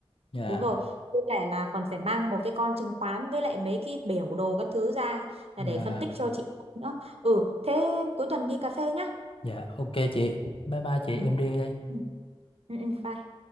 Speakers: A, on the left (about 60°); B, on the right (about 75°).
A: dạ
B: Đúng rồi, với cả là còn phải mang một cái con chứng khoán với lại mấy cái biểu đồ các thứ ra
A: dạ
B: là để phân tích cho chị nữa. Ừ, thế cuối tuần đi cà phê nhá.
A: dạ ok chị bye bye chị
B: Ừ.
A: em đi đây
B: Ừ, ừ, ừ, bye.